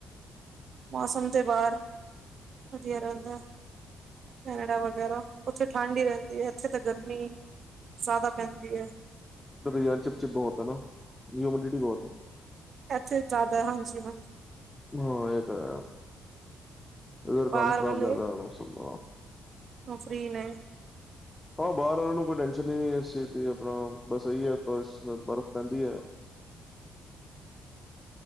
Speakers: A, on the right; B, on the left.
A: ਮੌਸਮ ਦੇ ਬਾਹਰ ਵਧੀਆ ਰਹਿੰਦਾ ਕੈਨੇਡਾ ਵਗੈਰਾ। ਉੱਥੇ ਠੰਡ ਹੀ ਰਹਿੰਦੀ ਹੈ, ਇੱਥੇ ਤਾਂ ਗਰਮੀ, ਜ਼ਿਆਦਾ ਪੈਂਦੀ ਹੈ।
B: ਯਾਰ ਚਿਪ-ਚਿਪ ਬਹੁਤ ਹੈ ਨਾ, ਹਿਊਮਿਡਿਟੀ ਬਹੁਤ ਹੈ।
A: ਇੱਥੇ ਜ਼ਿਆਦਾ, ਹਾਂਜੀ-ਹਾਂਜੀ।
B: ਹਾਂ ਇਹ ਤੇ ਹੈ ਇਧਰ
A: ਬਾਹਰ
B: ਕੰਮ ਖ਼ਰਾਬ
A: ਵਾਲੇ
B: ਜ਼ਿਆਦਾ ਹੈ, ਹੋਰ ਸੁਣਾਓ।
A: ਪ੍ਰਰੀ ਔੱ <unintelligible>
B: ਹਾਂ ਬਾਹਰ ਵਾਲਿਆਂ ਨੂੰ ਕੋਈ ਟੈਨਸ਼ਨ ਹੀ ਨ ਹੈ ਇਸ ਚੀਜ਼ ਦਾ ਆਪਣਾ, ਬਸ ਇਹੀ ਹੈ ਪਰ ਬਰਫ਼ ਪੈਂਦੀ ਹੈ
A: <inaudible>